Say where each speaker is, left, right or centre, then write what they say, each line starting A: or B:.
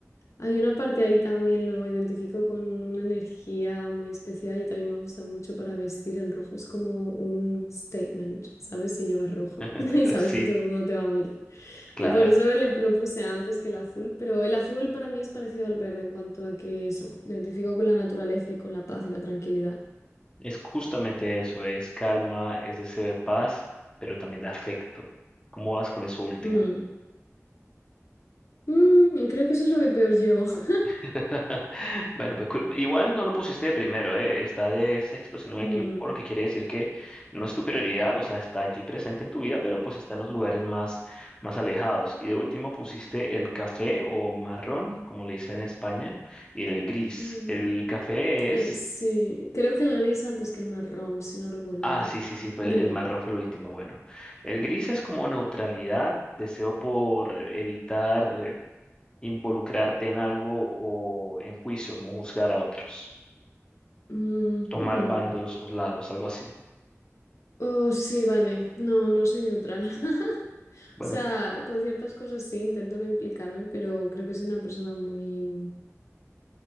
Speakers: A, on the left; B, on the left.
A: hay una parte ahí también, lo identifico con una energía muy especial y también me gusta mucho para vestir. El rojo es como un statement, ¿sabes? Si llevas rojo
B: <laughs>
A: <laughs> y sabes
B: Sí,
A: que todo el mundo te va a mirar.
B: claro.
A: Y por eso le, lo puse antes que el azul, pero el azul para mí es parecido al verde en cuanto a que eso, lo identifico con la naturaleza y con la paz y la tranquilidad.
B: Es justamente eso, es calma, es deseo de paz, pero también de afecto. ¿Cómo vas con eso último?
A: Mm. Mm, creo que eso es lo que peor llevo. <laughs>
B: <laughs> Bueno, pues cu- igual no lo pusiste de primero, ¿eh? Está de sexto, si no me
A: Mm,
B: equivoco, lo que quiere decir que no es tu prioridad, o sea, está allí presente en tu vida, pero pues está en los lugares más, más alejados. Y de último pusiste el café o marrón, como le dicen en España, y el gris.
A: mm.
B: El café es...
A: Eh, sí, creo que el gris antes que el marrón, si no recuerdo
B: Ah,
A: mal.
B: sí, sí, sí, fue
A: Dime.
B: el, el marrón fue el último. Bueno, el gris es como neutralidad, deseo por eh, evitar eh, involucrarte en algo o en juicio, como juzgar a otros,
A: Mm,
B: tomar
A: mm.
B: bandos o lados, algo así.
A: Oh, sí, vale. No, no soy neutral. <laughs>
B: Bueno,
A: O sea, con ciertas cosas sí, intento no implicarme, pero creo que soy una persona muy...